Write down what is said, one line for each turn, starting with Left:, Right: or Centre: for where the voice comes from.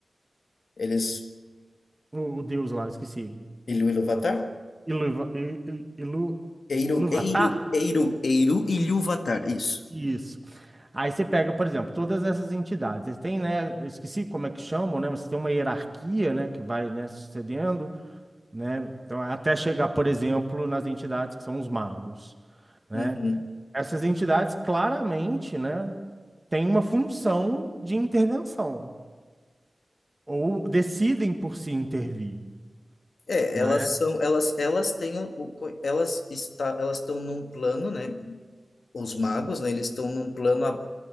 Left: Eles...
Right: O, o deus lá, eu esqueci.
Left: Iluvatar?
Right: Iluva, I- I- Ilu,
Left: Eiro,
Right: Iluvatar?
Left: Eiro, Eiro, Eiro e Ilúvatar, isso.
Right: Isso. Aí você pega, por exemplo, todas essas entidades. Eles têm, né, eu esqueci como é que chamam, né, mas tem uma hierarquia, né, que vai, né, sucedendo. né? Então, até chegar, por exemplo, nas entidades que são os magos, né?
Left: Uhum.
Right: Essas entidades claramente, né, têm uma função de intervenção ou decidem por se intervir,
Left: É,
Right: né?
Left: elas são, elas, elas têm o, o co- elas está, elas estão num plano, né? Os magos, né? Eles estão num plano